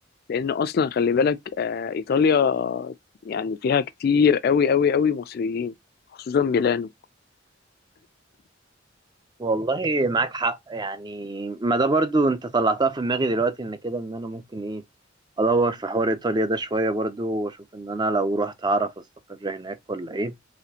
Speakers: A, on the left; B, on the right.
A: لان اصلا خلي بالك آه، ايطاليا يعني فيها كتير قوي قوي قوي مصريين خصوصا ميلانو
B: والله معاك حق يعني ما ده برضو انت طلعتها في دماغي دلوقتي ان كده ان انا ممكن ايه ادور في حوار ايطاليا ده شويه برضو واشوف ان انا لو رحت اعرف استقر هناك ولا ايه